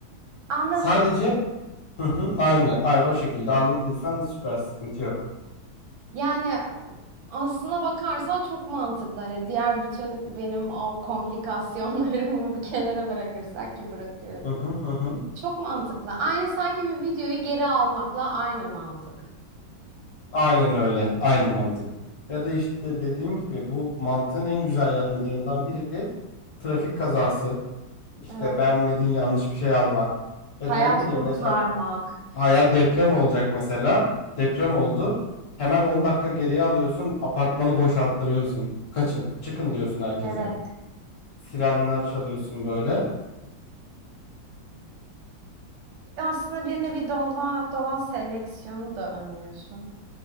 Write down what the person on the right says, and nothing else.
Anladım
Yani aslına bakarsan çok mantıklı. Hani diğer bütün benim o komplikasyonlarımı <laughs> bir kenara bırakırsak ki bırakıyorum.
Çok mantıklı. Aynı sanki bir videoyu geri almakla aynı mantık.
Evet.
Hayat
kurtarmak.
Evet.
Aslında bir nevi doğa, doğa seleksiyonu da önlüyorsun.